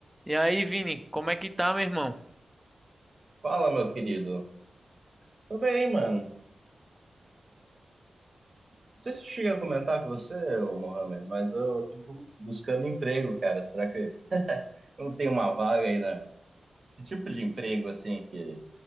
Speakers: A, in the centre; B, on the right (about 45°).
A: E aí, Vini, como é que tá, meu irmão?
B: Fala, meu querido. Tô bem, mano. Não sei se eu cheguei a comentar com você, ô Mohamed, mas eu tô bu- buscando emprego, cara. Será que não tem uma vaga aí na... Que tipo de emprego, assim, que...